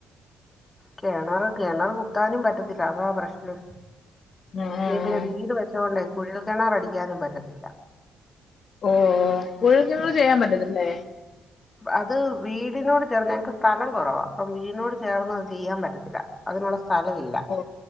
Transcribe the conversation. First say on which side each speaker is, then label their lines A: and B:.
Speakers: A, on the left; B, on the left.
A: കിണറ് കിണറ് കുത്താനും പറ്റത്തില്ല അതാ പ്രശ്നം
B: ഉം ഉം
A: ഇതീ പിന്നെ
B: ഉം
A: വീട് വെച്ചോണ്ട് കുഴൽക്കിണർ അടിക്കാനും പറ്റത്തില്ല
B: ഓ കുഴൽക്കിണർ ചെയ്യാൻ പറ്റത്തില്ലേ
A: അത് വീടിനോട് ചേർന്ന് ഞ്ഞങ്ങക്ക് സ്ഥലം കുറവാ അപ്പം വീടിനോട് ചേർന്ന് അത് ചെയ്യാൻ പറ്റത്തില്ല അതിനുള്ള സ്ഥലവില്ല
B: ഓ